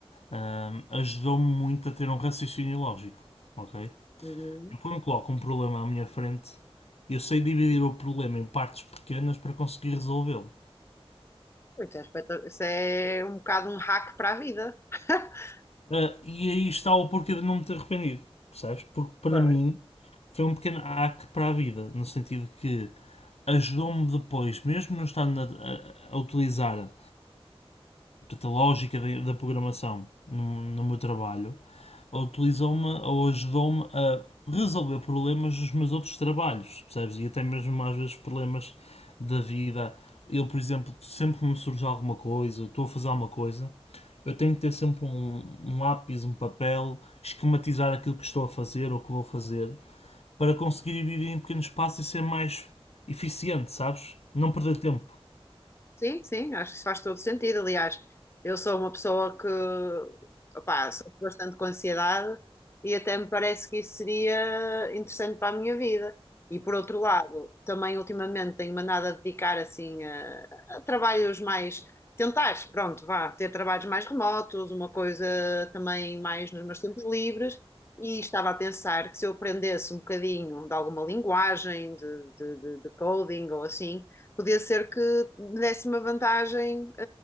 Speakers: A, on the left (about 85°); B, on the left (about 25°).
A: ahm, ajudou-me muito a ter um raciocínio lógico, ok?
B: Uhum.
A: Eu quando coloco um problema à minha frente, eu sei dividir o problema em partes pequenas para conseguir resolvê-lo.
B: Isso é, espetac- isso é um bocado um hack para a vida. <laughs>
A: Ah, e aí está o porquê de não me ter arrependido, percebes? Porque para
B: Claro.
A: mim foi um pequeno hack para a vida, no sentido que ajudou-me depois, mesmo não estando a, a- a utilizar a lógica da, da programação no, no meu trabalho, ou utilizou-me ou ajudou-me a resolver problemas dos meus outros trabalhos, percebes? E até mesmo às vezes problemas da vida. Eu, por exemplo, sempre que me surge alguma coisa, eu estou a fazer alguma coisa, eu tenho que ter sempre um, um lápis, um papel, esquematizar aquilo que estou a fazer ou que vou fazer, para conseguir dividir em pequenos passos e ser mais eficiente, sabes? Não perder tempo.
B: Sim, sim, acho que isso faz todo sentido. Aliás, eu sou uma pessoa que, opá, sofro bastante com ansiedade e até me parece que isso seria interessante para a minha vida. E por outro lado, também ultimamente tenho-me andado a dedicar assim a, a trabalhos mais, tentar, pronto, vá, ter trabalhos mais remotos, uma coisa também mais nos meus tempos livres. E estava a pensar que se eu aprendesse um bocadinho de alguma linguagem, de, de de- de coding ou assim Podia ser que desse uma vantagem,